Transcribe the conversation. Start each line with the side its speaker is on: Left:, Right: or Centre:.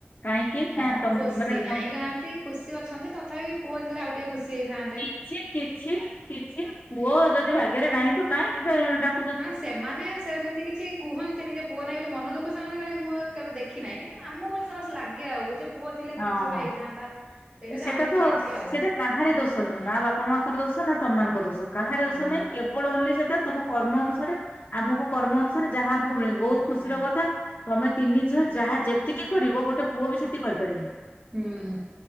Left: କାହିଁକି ନା
Right: ହଁ
Left: ତମ
Right: ଖୁସି
Left: ମାନେ ତ
Right: ନାହିଁ କାଆନ୍ତି ଖୁସି ଅଛନ୍ତି ତଥାପି ପୁଅ ଥିଲେ ଆଉ ଟିକେ ଖୁସି ହେଇଥାନ୍ତେ।
Left: ସିଏ କିଛି କିଛି ପୁଅ ଯଦି ଭାଗ୍ୟରେ ନାହିଁ ତ କାହିଁକି ସେ
Right: ନା ସେମାନେ ସେମିତି କିଛି କୁହନ୍ତିନି ଯେ ପୁଅ ନାହିଁ ବୋଲି ମନ ଦୁଃଖ ସେମାନେ <unintelligible> ମୁଁ କେବେ ଦେଖିନାହିଁ। ଆମକୁ ସ ବାସ୍ ଲାଗେ ଆଉ ଯେ ପୁଅ ଥିଲା
Left: ହଁ
Right: କିଛି ଗୋଟେ
Left: ହଁ
Right: ହେଇଥାନ୍ତା। ସେଇଟା
Left: ସେଟା
Right: ଯେ ଆମକୁ
Left: ତ
Right: ଲାଗେ
Left: ସେଟା
Right: ଆଉ
Left: କାହାର ଦୋଷ ନୁହଁ, ନା ବାପା ମାଙ୍କର ଦୋଷ ନା ତମ ମାନଙ୍କ ଦୋଷ କାହାରି
Right: ହଁ
Left: ଦୋଷ ନାହିଁ କେ <unintelligible> ସେଟା ତମ କର୍ମ ଅନୁସାରେ ଆମୁକୁ କର୍ମ ଅନୁସାରେ ଯାହା ଆମକୁ ମି ବୋହୁତ
Right: ହଁ
Left: ଖୁସିର
Right: ହୁଁ
Left: କଥା। ତମେ ତିନି ଝିଅ ଯାହା ଯେତିକି କରିବ ଗୋଟେ ପୁଅ ବି ସେତିକି କରିପାରିବନି।
Right: ହୁଁ।